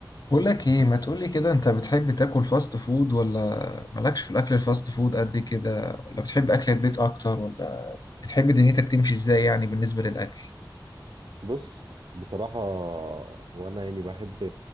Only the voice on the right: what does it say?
بص بصراحة هو أنا يعني بحب